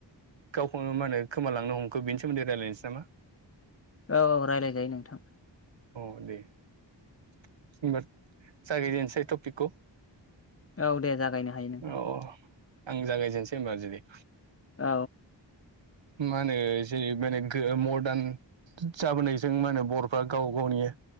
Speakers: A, on the right; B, on the left.
A: गावखौनो मा होनो खोमालांनो हमखो बेनि सोमोन्दै रायलायनोसै नामा?
B: औ रायलायजायो नोंथां।
A: <unintelligible> जागायजेनोसै टपिकखौ।
B: औ दे जागायनो हायो नोंथां।
A: अ आं जागायजेननोसै होनबा जुदि
B: औ
A: मा होनो जेरै माने गो मदार्न जाबोनायजों मा होनो बर'फ्रा गाव गावनि